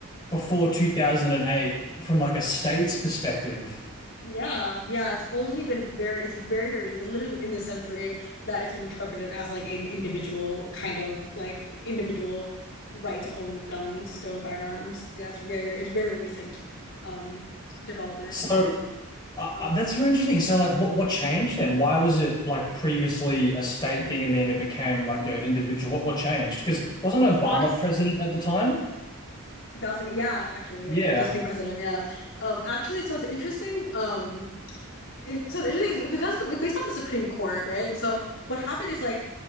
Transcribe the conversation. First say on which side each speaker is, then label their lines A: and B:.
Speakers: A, on the left (about 20°); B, on the left (about 55°).
A: before 2008 from like a state's perspective.
B: Yeah, yeah, it's only been very, it's very, very, with literally within this century that it's been interpreted as like an individual kind of like individual right to own guns, to own firearms. Yeah, it's very, very, it's very recent um development.
A: So uh,
B: So
A: uh, that's very interesting. So like what what changed then? Why was it like previously a state thing and then it became like
B: Mhm.
A: an individual? What what changed? Because wasn't
B: it's
A: Obama
B: honest
A: president at the time?
B: Two thousand. Yeah, actually,
A: Yeah.
B: just came president. Yeah, um, actually, so it's interesting. Um, it- so the interesting because it's based off the Supreme Court, right? So what happened is like